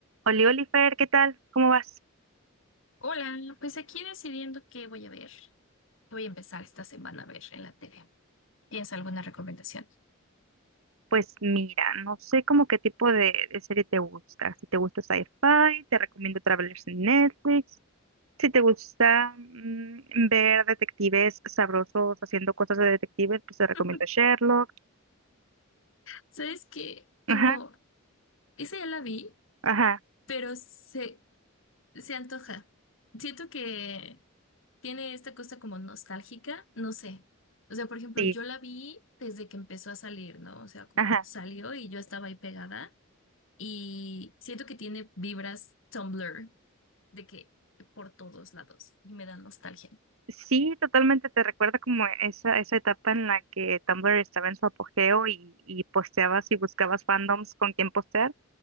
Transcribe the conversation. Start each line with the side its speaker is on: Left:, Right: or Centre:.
Right: Oli Oliver, ¿qué tal? ¿Cómo vas?
Left: Hola, pues aquí decidiendo qué voy a ver, qué voy a empezar esta semana a ver en la tele. ¿Tienes alguna recomendación?
Right: Pues mira, no sé como qué tipo de, de serie te gusta. Si te gusta sci-fi, te recomiendo Travelers en Netflix. Si te gusta mm, ver detectives sabrosos haciendo cosas de detectives, pues te recomiendo
Left: <laughs>
Right: Sherlock.
Left: ¿Sabes que Como
Right: Ajá,
Left: esa ya la vi,
Right: ajá,
Left: pero se, Se antoja. Siento que tiene esta cosa como nostálgica, no sé. O sea, por ejemplo,
Right: sí,
Left: yo la vi desde que empezó a salir, ¿no? O sea, como
Right: ajá.
Left: salió y yo estaba ahí pegada y siento que tiene vibras Tumblr de que por todos lados y me da nostalgia.
Right: Sí, totalmente te recuerda como esa, esa etapa en la que Tumblr estaba en su apogeo y, y posteabas y buscabas fandoms con quien postear.